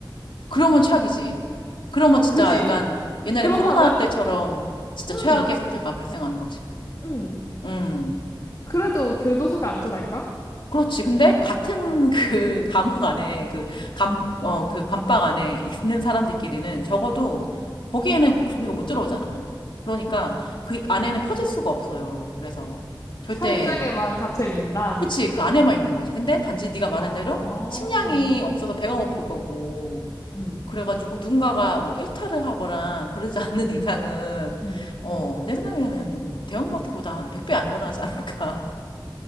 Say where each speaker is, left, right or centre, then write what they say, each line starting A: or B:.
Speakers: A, on the left (about 80°); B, on the left (about 45°).
A: 그러면 최악이지. 그러면 진짜
B: 그지?
A: 약간 옛날에
B: 그렇다면?
A: 코로나 때처럼 진짜
B: 응,
A: 최악의 사태가 발생하는 거지.
B: 응.
A: 음.
B: 그래도 교도소가 안전할까?
A: 그렇지. 근데 같은 <laughs> 그 감옥 안에 그 감, 어, 그 감방 안에 있는 사람들끼리는 적어도 거기에는 좀비가 못 들어오잖아. 그러니까 그 안에는 퍼질 수가 없어요. 그래서 절대,
B: 철장에만 갇혀 있는다.
A: 그치. 그 안에만 있는 거지. 근데 단지 네가 말한
B: 어,
A: 대로 식량이 없어서 배가 고플 거고.
B: 음,
A: 그래가지고 누군가가 뭐 일탈을 하거나 그러지 <laughs> 않는 이상은,
B: 음, 음,
A: 어,
B: 음.
A: 내 생각에는 대형마트보다 한 100배 안전하지 않을까.